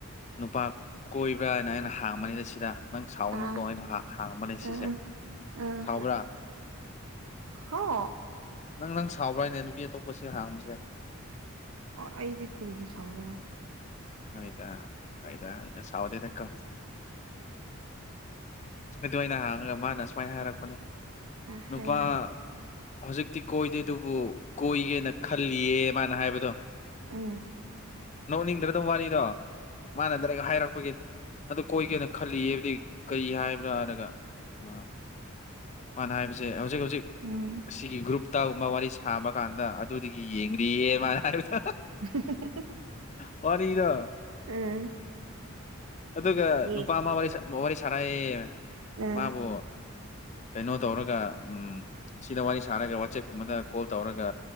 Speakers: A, on the left; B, on the right.
A: ꯅꯨꯄꯥ ꯀꯣꯏꯕ꯭ꯔꯥꯅ ꯑꯩꯅ ꯍꯥꯡꯕꯅꯤꯗ ꯁꯤꯗ ꯅꯪ ꯁꯥꯎꯅꯨꯀꯣ
B: ꯑꯥ
A: ꯑꯩꯅ ꯍꯥꯡꯕꯅꯦ ꯁꯤꯁꯦ
B: ꯑꯥ ꯑꯥ
A: ꯁꯥꯎꯕ꯭ꯔꯥ
B: ꯍꯣ
A: ꯅꯪ ꯅꯪ ꯁꯥꯎꯕ꯭ꯔꯥꯅꯦ ꯅꯨꯄꯤ ꯑꯇꯣꯞꯄꯁꯤ ꯍꯥꯡꯕꯁꯦ
B: ꯑꯣ ꯑꯩꯗꯤ ꯀ꯭ꯔꯤꯒꯤ ꯁꯥꯎꯒꯦꯔꯣ
A: ꯍꯣꯏꯗ ꯍꯣꯏꯗ ꯍꯣꯏꯗ ꯁꯥꯎꯗꯦꯗꯀꯣ ꯑꯗꯨ ꯑꯩꯅ ꯍꯥꯡꯉꯒ ꯃꯥꯅ ꯁꯨꯃꯥꯏꯅ ꯍꯥꯏꯔꯛꯄꯅꯤ
B: ꯑ
A: ꯅꯨꯄꯥ
B: ꯍꯥꯏꯌꯣ ꯍꯥꯏꯌꯣ
A: ꯍꯧꯖꯤꯛꯇꯤ ꯀꯣꯏꯗꯦ ꯑꯗꯨꯕꯨ ꯀꯣꯏꯒꯦꯅ ꯈꯜꯂꯤꯌꯦ ꯃꯥꯅ ꯍꯥꯏꯕꯗꯣ
B: ꯎꯝ
A: ꯅꯣꯛꯅꯤꯡꯗ꯭ꯔ ꯑꯗꯨꯝ ꯋꯥꯔꯤꯗꯣ ꯃꯥꯅ ꯗꯥꯏꯔꯦꯛ ꯍꯥꯏꯔꯛꯄꯒꯤ ꯑꯗꯨ ꯀꯣꯏꯒꯦꯅ ꯈꯜꯂꯤ ꯍꯥꯏꯕꯗꯤ ꯀꯔꯤ ꯍꯥꯏꯕ꯭ꯔꯥ ꯍꯥꯏꯔꯒ ꯑ ꯃꯥꯅ ꯍꯥꯏꯕꯁꯦ ꯍꯧꯖꯤꯛ ꯍꯧꯖꯤꯛ
B: ꯎꯝ
A: ꯑꯁꯤꯒꯤ ꯒ꯭ꯔꯨꯞꯇꯒꯨꯝꯕ ꯋꯥꯔꯤ ꯁꯥꯕ ꯀꯥꯟꯗ ꯑꯗꯨꯗꯒꯤ ꯌꯦꯡꯔꯤꯌꯦ ꯃꯥꯅ ꯍꯥꯏꯕꯗ
B: ꯍ ꯫ <unintelligible>
A: ꯐꯔ ꯏꯗ
B: ꯎꯝ
A: ꯑꯗꯨꯒ
B: ꯌꯦ
A: ꯅꯨꯄꯥ ꯑꯃ ꯋꯥꯔꯤ ꯋꯥꯔꯤ ꯁꯥꯔꯥꯏ
B: ꯑꯥ
A: ꯃꯥꯕꯨ ꯀꯩꯅꯣ ꯇꯧꯔꯒ ꯎꯝ ꯁꯤꯗ ꯋꯥꯔꯤ ꯁꯥꯔꯒ ꯋꯥꯆꯦꯞꯀꯨꯝꯕꯗ ꯀꯣꯜ ꯇꯧꯔꯒ